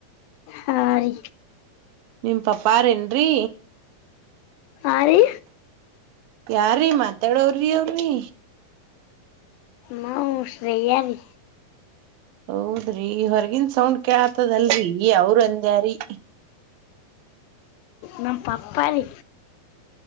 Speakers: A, on the left; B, on the right.
A: ಹ <unintelligible> ಹಾರೀ
B: ನಿಮ್ ಪಪ್ಪಾರೇನ್ರಿ
A: ಆರೀ
B: ಯಾರೀ ಮಾತಾಡೊವ್ರಿ ಅವ್ರಿ
A: ನಾವು ಶ್ರೇಯರೀ
B: ಹೌದ್ರಿ ಹೊರಗಿನ್ ಸೌಂಡ್ ಕೆಳತದಲ್ರಿ ಅವ್ರ ಅಂದ್ಯಾರಿ
A: ನಮ್ಮ ಪಪ್ಪರೀ